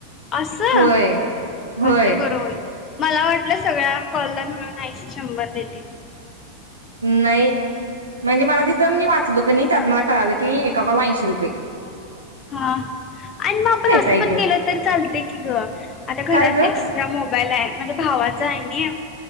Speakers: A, on the left (about 25°); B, on the right (about 75°).
A: असं,
B: होय होय
A: असं बरं होईल. मला वाटलं सगळ्या कॉल ला मिळून ऐशी शंभर देतील.
B: नई म्हणजे मला तिथं मी वाचलो क नी त्यात मला कळालं की एका कॉल ऐंशी रुपऐ.
A: हा हा आणि म आपण असं
B: आहे
A: पण
B: ग
A: केलं तर चालत की ग, आता घरात
B: काय ग
A: एक्स्ट्रा मोबाईल आहे. भावाच आहे न्या.